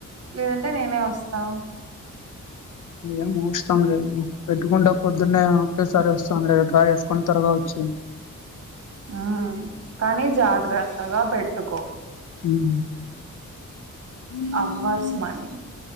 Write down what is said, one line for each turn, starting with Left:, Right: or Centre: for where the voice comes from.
Right: లేదంటే నేనే వస్తా
Left: ఏం అవసరం లేదులే పెట్టుకుంటా పొద్దున్నే ఒక్కేసారి వస్తాను లే డ్రా చేసుకొని త్వరగా వచ్చేయ్
Right: ఆ కానీ జాగ్రత్తగా పెట్టుకో
Left: ఉమ్ ఉమ్
Right: అవర్స్ మనీ